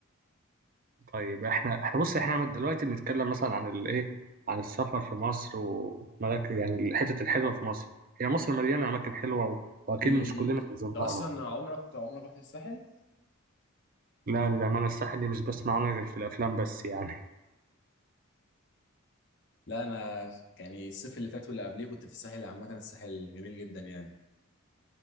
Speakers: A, on the right; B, on the left.
A: طيب احنا احنا بص احنا دلوقتي بنتكلم مثلا عن الايه عن السفر في مصر وملاك يعني الحتت الحلوه في مصر هي مصر مليانه اماكن حلوه و... واكيد
B: امم
A: مش كلنا زرناها
B: انت اصلا عمرك عمرك رحت الساحل
A: لا للامانه الساحل دي مش بسمع عنها غير في الافلام بس يعني
B: لا انا يعني الصيف اللي فات واللي قبليه كنت في الساحل عامه الساحل جميل جدا يعني